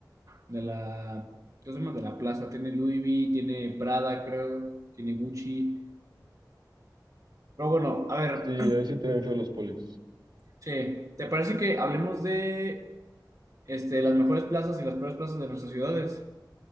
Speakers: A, on the right; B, on the right.
A: de la, ¿cómo se llama? De la plaza. Tiene Louis V, tiene Prada, creo, tiene Gucci. Pero bueno, a ver,
B: Sí, ahí sí te ven feo los polis.
A: <clears throat> che, ¿te parece que hablemos de este, las mejores plazas y las peores plazas de nuestras ciudades?